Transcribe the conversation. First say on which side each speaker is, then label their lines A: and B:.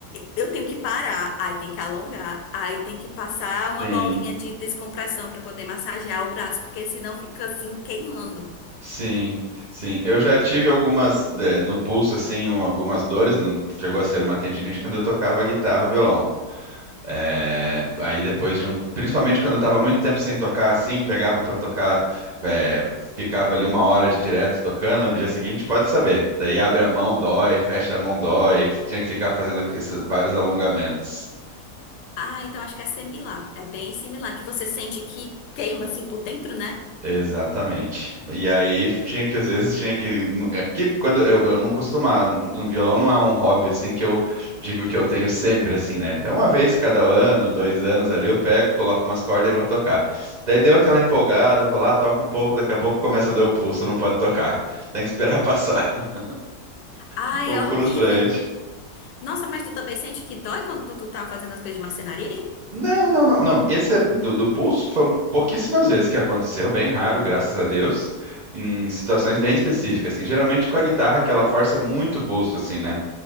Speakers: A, on the left; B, on the right.
A: Eu tenho que parar, aí tem que alongar, aí tem que passar uma
B: sim,
A: bolinha de descompressão pra poder massagear o braço, porque senão fica assim queimando.
B: sim, sim. Eu já tive algumas, eh, no pulso, assim, um- algumas dores, não chegou a ser uma tendinite quando eu tocava guitarra ou violão. Eh, aí depois de um, principalmente quando eu estava muito tempo sem tocar, assim, pegava para tocar, eh, ficava ali uma hora de direto tocando, no dia seguinte pode saber. Daí abre a mão, dói, fecha a mão, dói, tinha que ficar fazendo esses vários alongamentos.
A: Ah, então acho que é similar. É bem similar, que você sente que queima assim por dentro, né?
B: Exatamente. E aí tinha que, às vezes, tinha que. hum, É porque quando eu, eu não costumava, no violão não é um hobby assim que eu digo que eu tenho sempre, assim, né? É uma vez cada ano, dois anos ali, eu pego, coloco umas cordas e vou tocar. Daí deu aquela empolgada, vou lá, toco um pouco, daqui a pouco começa a doer o pulso, não pode tocar. Tem que esperar passar. <laughs>
A: Ai,
B: Um pouco
A: é horrível.
B: frustrante.
A: Nossa, mas tu também sente que dói quando tu tá fazendo as coisas de marcenaria?
B: Não, não, não, não. Esse é do, do pulso foi um- pouquíssimas vezes que aconteceu, bem raro, graças a Deus, em situações bem específicas, assim. Geralmente com a guitarra que ela força muito o pulso, assim, né?